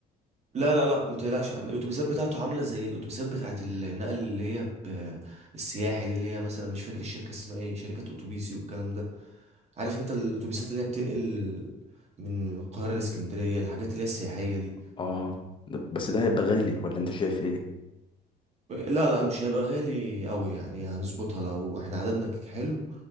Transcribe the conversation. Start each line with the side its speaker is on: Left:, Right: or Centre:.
Right: لا لا لا ما تقلقش يا عم الاتوبيسات بتاعته عامله زي الاتوبيسات بتاعه النقل اللي هي ب- السياحي دي اللي هي مثلا مش فاكر الشركه اسمها ايه شركات اتوبيسي والكلام ده عارف انت الاتوبيسات اللي هي بتنقل من القاهره لاسكندريه الحاجات اللي هي السياحيه دي
Left: اه بس ده هيبقى غالي ولا انت شايف ايه
Right: لا لا مش هيبقى غالي قوي يعني هنظبطها لو احنا عددنا ك- حلو